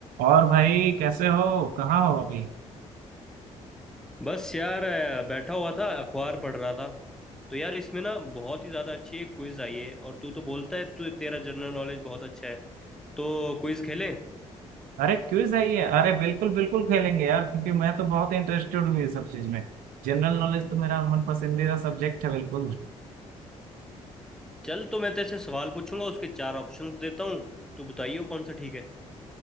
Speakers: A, on the right; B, in the centre.
A: और भाई कैसे हो कहाँ हो अभी
B: बस यार अ, बैठा हुआ था अखबार पढ़ रहा था तो यार इसमें ना बहुत ही ज़्यादा अच्छी एक क्विज आई है और तू तो बोलता है तू तेरा जनरल नॉलेज बहुत अच्छा है तो क्विज खेलें
A: अरे क्विज है ये अरे बिल्कुल बिल्कुल खेलेंगे यार क्योंकि मैं तो बहुत इंटरेस्टेड हूँ ये सब चीज में जनरल नॉलेज तो मेरा मन पसंदीदा सब्जेक्ट है बिल्कुल
B: चल तो मैं तेरे से सवाल पूछूंगा उसके चार ऑप्शंस देता हूँ तू बताइयो कौन सा ठीक है